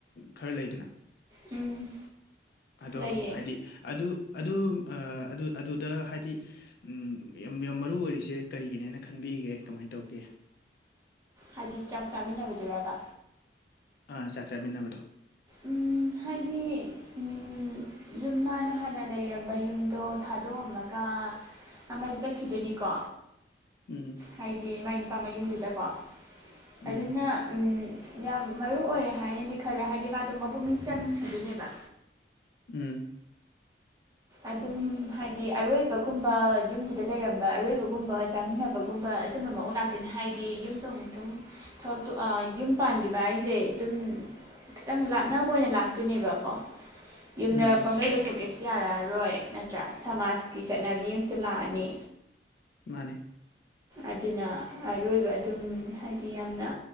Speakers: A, on the left; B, on the right.
A: ꯈꯔ ꯂꯩꯗꯅ
B: ꯎꯝ
A: ꯑꯗꯣ
B: ꯂꯩꯌꯦ
A: ꯍꯥꯏꯗꯤ ꯑꯗꯨ ꯑꯗꯨ ꯑꯗꯨꯗ ꯍꯥꯏꯗꯤ ꯎꯝ ꯌꯥꯝ ꯌꯥꯝ ꯃꯔꯨ ꯑꯣꯏꯔꯤꯁꯦ ꯀꯔꯤꯒꯤꯅꯦꯅ ꯈꯟꯕꯤꯒꯦ ꯀꯃꯥꯏꯅ ꯇꯧꯒꯦ
B: ꯍꯥꯏꯗꯤ ꯆꯥꯛ ꯆꯥꯃꯤꯟꯅꯕꯗꯨꯔꯥꯕ
A: ꯑꯥ ꯆꯥꯛ ꯆꯥꯃꯤꯟꯅꯕꯗꯣ
B: ꯎꯝ ꯍꯥꯏꯗꯤ ꯎꯝ ꯌꯨꯝ ꯃꯟꯅ ꯍꯥꯟꯅ ꯂꯩꯔꯝꯕ ꯌꯨꯝꯗꯣ ꯊꯥꯗꯣꯛꯑꯝꯃꯒ ꯑꯃꯅ ꯆꯠꯈꯤꯗꯣꯏꯅꯤꯀꯣ
A: ꯎꯝ
B: ꯍꯥꯏꯗꯤ ꯃꯥꯏ ꯅꯨꯄꯥ ꯃꯌꯨꯝꯗꯨꯗꯀꯣ
A: ꯎꯝ
B: ꯑꯗꯨꯅ ꯌꯥꯝ ꯃꯔꯨ ꯑꯣꯏ ꯍꯥꯏꯅꯗꯤ ꯈꯜꯂꯦ ꯍꯥꯏꯗꯤ ꯃꯥꯗꯣ ꯃꯕꯛꯅꯤꯡꯁ ꯌꯥꯝ ꯅꯨꯡꯁꯤꯗꯣꯏꯅꯦꯕ
A: ꯎꯝ
B: ꯑꯗꯨꯝ ꯍꯥꯏꯗꯤ ꯑꯔꯣꯏꯕꯒꯨꯝꯕ ꯌꯨꯝꯗꯨꯗ ꯂꯩꯔꯝꯕ ꯑꯔꯣꯏꯕꯒꯨꯝꯕ ꯆꯥꯃꯤꯟꯅꯕꯒꯨꯝ ꯒꯨꯝꯕ ꯑꯗꯨꯝꯕ ꯃꯑꯣꯡ ꯂꯥꯛꯇꯣꯏꯅꯤ ꯍꯥꯏꯗꯤ ꯌꯨꯝꯗ ꯑꯃꯨꯛꯇꯪ ꯊꯕꯛꯇꯨ ꯑꯥ ꯌꯨꯝ ꯄꯥꯟꯈꯤꯕ ꯍꯥꯏꯁꯦ ꯑꯗꯨꯝ ꯈꯤꯇꯪ ꯂꯥꯞꯅꯕ ꯑꯣꯏꯅ ꯂꯥꯛꯇꯣꯏꯅꯦꯕꯀꯣ ꯌꯨꯝꯗ
A: ꯎꯝ
B: ꯄꯪꯂꯒꯩ ꯂꯩꯊꯣꯛꯀꯦꯁꯨ ꯌꯥꯔꯔ ꯔꯣꯏ ꯅꯠꯇ꯭ꯔꯥ ꯁꯃꯥꯖꯀꯤ ꯆꯠꯅꯕꯤ ꯑꯝꯁꯨ ꯂꯥꯛꯑꯅꯤ꯫
A: ꯃꯥꯅꯦ꯫
B: ꯑꯗꯨꯅ ꯑꯔꯣꯏꯕ ꯑꯗꯨꯝ ꯍꯥꯏꯗꯤ ꯌꯥꯝꯅ